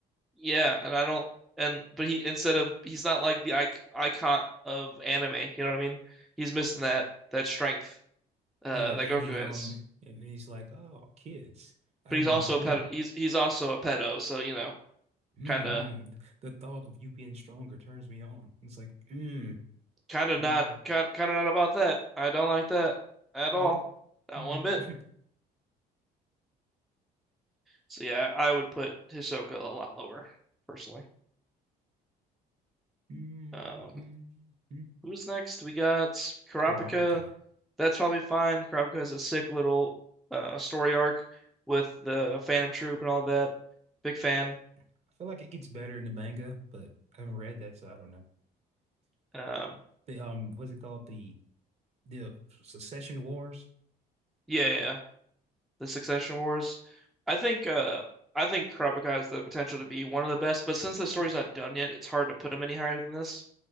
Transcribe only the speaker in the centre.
yeah, and I don't and but he instead of he's not like the icon of anime. You know what I mean? He's missing that that strength uh
that
Goku
has.
But he's also
a pedo. He's he's also a pedo. So you know,
kind of
kind of
not kind kind of not about that. I don't like that at
all. Not
one bit. So yeah, I would put Hisoka a lot lower, personally.
Um,
who's next? We got Kurapika.
That's probably fine. Kurapika has a sick little uh, story arc with the Phantom Troop and all that. Big fan.
Um,
yeah, yeah, yeah. The Succession Wars. I think uh, I think Kurapika has the potential to be one of the best, but since the story's not done yet, it's hard to put him any higher than this.